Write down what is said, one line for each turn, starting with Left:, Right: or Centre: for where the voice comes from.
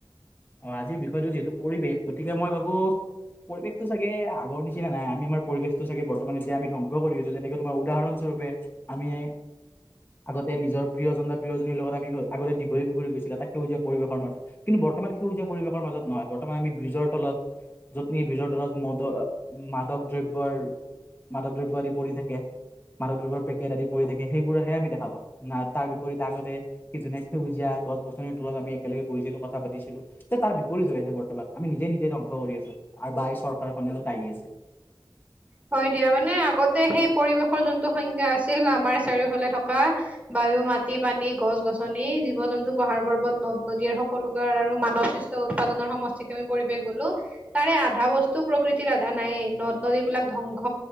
Left: অ' আজিৰ বিষয়টো যিহেতু পৰিৱেশ গতিকে মই ভাবো পৰিৱেশটো চাগে আগৰ নিচিনা নাই আমি আমাৰ পৰিৱেশটো চাগে বৰ্তমান এতিয়া আমি ধবংস কৰি আছো যেনেকে তোমাৰ উদাহৰণ স্বৰূপে, আমি এই আগতে নিজৰ প্ৰিয়জন বা প্ৰিয়জনীৰ লগত আমি আগতে দীঘলী পুখুৰীত গৈছিলো এটা সেউজীয়া পৰিৱেশৰ মাজত। কিন্তু বৰ্তমান সেউজীয়া পৰিৱেশৰ মাজত নহয়, বৰ্তমান আমি ব্ৰিজৰ তলত য'ত নেকি ব্ৰিজৰ তলত মদৰ আ মাদক দ্ৰব্যৰ মাদক দ্ৰব্য আদি পৰি থাকে, মাদক দ্ৰব্যৰ পেকেট আদি পৰি থাকে সেইবোৰেহে আমি দেখা পাও। নাই তাৰ বিপৰীতে আগতে কি ধুনীয়া সেউজীয়া গছ- গছনিৰ তলত আমি একেলগে বহিছিলো কথা পাতিছিলো। ত তাৰ বিপৰীত হৈ আছে বৰ্তমান আমি নিজে, নিজে ধ্বংস কৰি আছো আৰু বা এই চৰকাৰখনৰো দায়ী আছে।
Right: হয় দিয়া মানে আগতে সেই পৰিৱেশৰ যোনটো সংজ্ঞা আছিল আমাৰ চাৰিওফালে থকা বায়ু, মাটি, পানী, গছ- গছ নি, জীৱ- জন্তু, পাহাৰ- পৰ্বত, নদ- নদীৰ সকলোবোৰ আৰু মানৱসৃষ্ট উৎপাদনৰ সমস্ত যিটো আমি পৰিৱেশ বোলো, তাৰে আধা বস্তু প্ৰকৃতিৰ আধা নায়েই নদ- নদীবিলাক ধ্বংস